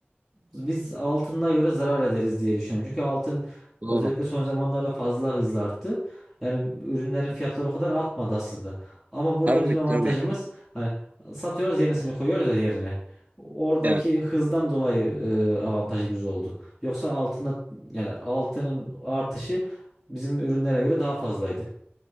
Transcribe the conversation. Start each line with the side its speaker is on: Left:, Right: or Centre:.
Centre: biz altına göre zarar ederiz diye düşünüyorum. Çünkü altın
Right: Doğru.
Centre: özellikle son zamanlarda fazla hızlı arttı. Yani ürünlerin fiyatları o kadar artmadı aslında. Ama burada
Right: Tabii
Centre: bizim avantajımız
Right: tabii.
Centre: hani satıyoruz yenisini koyuyoruz ya yerine. Oradaki
Right: Evet.
Centre: hızdan dolayı e, avantajımız oldu. Yoksa altında yani altının artışı bizim ürünlere göre daha fazlaydı.